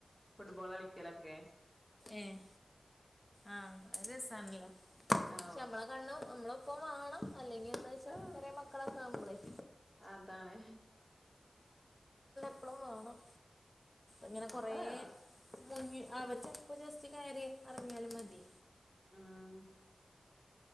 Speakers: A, in the centre; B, on the left.
A: ഫുട്ബോൾ ആളിക്കിലൊക്കെ.
B: ഏഹ് ആഹ് അത് രസണല്ലോ,
A: ഓ
B: ശമ്പള- കണ്ണും നമ്മളിപ്പം വേണം, അല്ലെങ്കിൽ എന്താ വെച്ചാ
A: ആ
B: ചെറിയ, മക്കളൊക്കെ ആവുപോയ്-
A: അതാണ്..
B: അപ്പളും വേണം ഇങ്ങനെ കുറേ-
A: ഒക്കെ വേണം
B: മുങ്ങി ആളവരിച്ച്- ഇപ്പോ ജസ്റ്റ്‌ കയറി അറമയാൽ മതി.
A: ഉം..